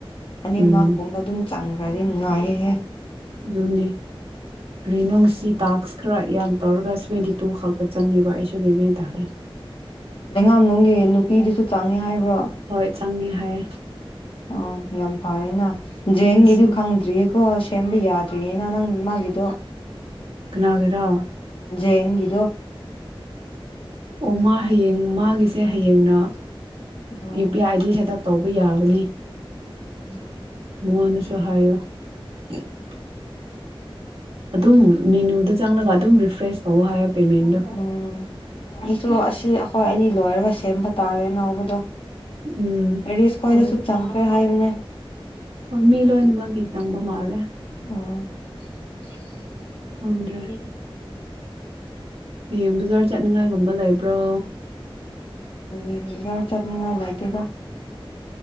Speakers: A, on the left; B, on the right.
A: ꯑ
B: ꯎꯝ
A: ꯃꯥ ꯀꯕꯥ ꯑꯗꯨ ꯆꯪꯈ꯭ꯔꯗꯤ ꯅꯨꯡꯉꯥꯏꯌꯦꯍꯦ
B: ꯑꯗꯨꯅꯦ ꯀꯔꯤꯅꯨꯡꯁꯤ ꯇꯥꯛꯁ ꯈꯔ ꯌꯥꯝ ꯇꯧꯔꯒ ꯁꯚꯦꯟꯇꯤ ꯇꯨ ꯈꯛꯇ ꯆꯪꯉꯦꯕ ꯑꯩꯁꯨ ꯦꯕꯦꯟ ꯇꯥꯔꯦ
A: ꯂꯩꯉꯥꯝꯅꯨꯡꯒꯤ ꯅꯨꯄꯤꯗꯨꯁꯨ ꯆꯥꯡꯉꯦ ꯍꯥꯏꯕ꯭ꯔꯣ
B: ꯍꯣꯏ ꯆꯪꯉꯦ ꯍꯥꯏꯌꯦ
A: ꯑꯣ ꯌꯥꯝ ꯐꯩꯅ ꯖꯦꯡꯒꯤꯗꯤ
B: ꯉꯁꯤ
A: ꯈꯪꯗ꯭ꯔꯤꯌꯦ ꯀꯣ ꯁꯦꯝꯕ ꯌꯥꯗ꯭ꯔꯤꯌꯦꯅ ꯅꯪ ꯃꯥꯒꯤꯗꯣ
B: ꯀꯅꯥꯒꯤꯔꯥ
A: ꯌꯦꯒꯤꯤꯗꯣ
B: ꯑꯣ ꯃꯥ ꯍꯌꯦꯡ ꯃꯥꯒꯤꯁꯦ ꯍꯌꯦꯡꯅ
A: ꯎꯝ
B: ꯌꯨ ꯄꯤ ꯑ ꯑꯥꯏꯗꯤ ꯁꯗ ꯇꯧꯕ ꯌꯥꯒꯅꯤ
A: <inaudible>
B: ꯃꯉꯅ ꯁꯍꯥꯏꯣ <inaudible>
A: <inaudible>
B: ꯑꯗꯨꯝ ꯃꯦꯅꯨꯗ ꯆꯪꯂꯒ ꯑꯗꯨꯝ ꯔꯤꯐ꯭ꯔꯦꯁ ꯇꯧꯋ ꯍꯥꯏꯣ ꯄꯦꯃꯦꯟꯗꯣ
A: ꯎꯝ ꯑꯩꯁꯨ ꯑꯁꯤ ꯑꯩꯈꯣꯏ ꯑꯅꯤ ꯂꯣꯏꯔꯒ ꯁꯦꯝꯕ ꯇꯥꯔꯦ ꯅꯅꯥꯧꯕꯗꯣ
B: ꯎꯝ
A: ꯔꯔꯤꯁ
B: ꯍꯣꯏ
A: ꯑꯣꯏꯗꯁꯨ ꯆꯥꯡ ꯍꯥꯏ <unintelligible>
B: ꯍꯣꯏ ꯃꯤ ꯂꯣꯏꯅꯃꯛꯀꯤ ꯆꯪꯕ ꯃꯥꯜꯂꯦ
A: ꯑꯣ ꯎꯝ
B: ꯈꯪꯗ꯭ꯔꯦ
A: ꯎ
B: ꯍꯌꯦꯡ ꯕꯖꯥꯔ ꯆꯠꯅꯤꯉꯥꯏꯒꯨꯝꯕ ꯂꯩꯕ꯭ꯔꯣ
A: ꯍ ꯌ ꯆꯠꯅꯤꯉꯥꯏꯅꯥꯏꯇꯣꯏꯗ